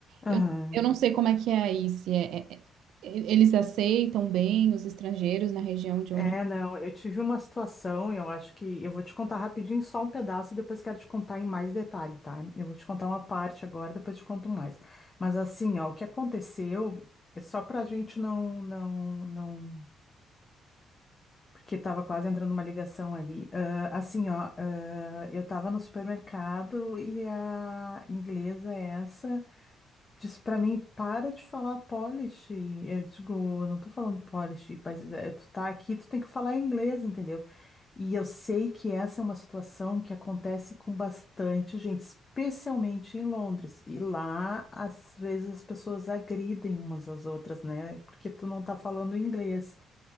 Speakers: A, on the left; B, on the right.
A: aham,
B: Eu, eu não sei como é que é aí, se é, é- é- eles aceitam bem os estrangeiros na região de onde.
A: É, não, eu tive uma situação, eu acho que eu vou te contar rapidinho só um pedaço, depois quero te contar em mais detalhe, tá? Eu vou te contar uma parte agora, depois te conto mais. Mas assim, ó, o que aconteceu, é só pra gente não, não, não, porque tava quase entrando uma ligação ali. Ah, assim, ó, ah, eu tava no supermercado e a inglesa essa disse pra mim, para de falar polish. Eu digo, "Eu não tô falando polish, mas é, tu tá aqui, tu tem que falar inglês, entendeu? E eu sei que essa é uma situação que acontece com bastante gente, especialmente em Londres. E lá, às vezes, as pessoas agridem umas às outras, né? Porque tu não tá falando inglês.